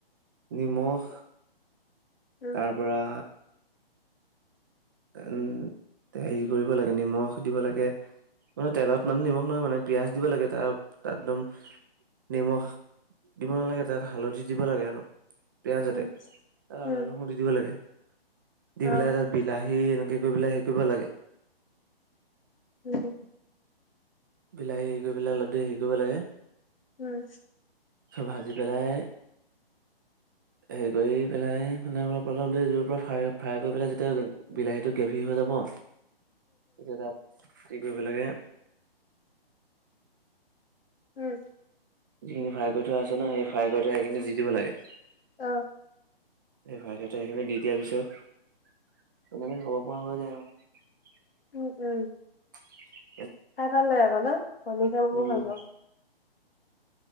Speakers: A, on the right (about 20°); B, on the left (about 65°).
A: নিমখ
B: উম
A: তাৰপৰা উম হেৰি কৰিব লাগে নিমখ দিব লাগে মানে তেলত মানে নিমখ নহয় মানে পিয়াজ দিব লাগে তাৰ তাত দম নিমখ দিব নালাগে তাত হালধি দিব লাগে অলপ। পিয়াজতে
B: উম উম
A: আদা
B: উম
A: নহৰু দি দিব লাগে দি
B: অ
A: পেলাই তাত বি লাহী এনেকৈ কৰি পেলাই হেৰি কৰিব লাগে
B: উম
A: বিলাহী হেৰি কৰি পেলাই অলপ দেৰি হেৰি কৰিব লাগে।
B: উম
A: চব ভাজি পেলাই হেৰি কৰি পেলাই মানে অলপ যোৰ পৰা ফ্ৰাই ফ্ৰাই কৰি পেলাই যেতিয়া বিলাহীটো গ্ৰেভি হৈ যাব তেতিয়া তাত কি কৰিব লাগে
B: উম
A: যিখিনি ফ্ৰাই কৰি থোৱা আছে ন সেই ফ্ৰাই কৰি থোৱা সেইখিনি দি দিব লাগে।
B: অঁ।
A: এই ফ্ৰাই কৰি থোৱা সেইখিনি দি দিয়াৰ পিছত তেনেকে খাব পৰা হৈ যায় আৰু।
B: উম, উম।
A: <inaudible>
B: তাই <unintelligible> পনী খাই মই
A: উম
B: ভাল পাওঁ।